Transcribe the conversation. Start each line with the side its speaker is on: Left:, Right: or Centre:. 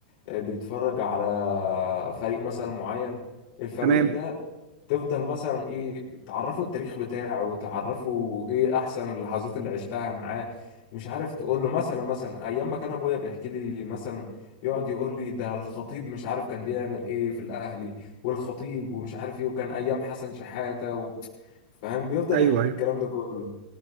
Left: آه، بيتفرج على فريق مثلا معين الفريق
Right: تمام
Left: ده تفضل مثلا ايه تعرفوا التاريخ بتاعه وتعرفوا ايه احسن اللحظات اللي عشتها معاه مش عارف تقول له مثلا مثلا ايام ما كان ابويا بيحكي لي مثلا يقعد يقول لي ده الخطيب مش عارف كان بيعمل ايه في الاهلي والخطيب ومش عارف ايه وكان ايام حسن شحاتة و... فاهم بيفضل
Right: ايوه
Left: يحكي
Right: ايوه
Left: لي الكلام ده كله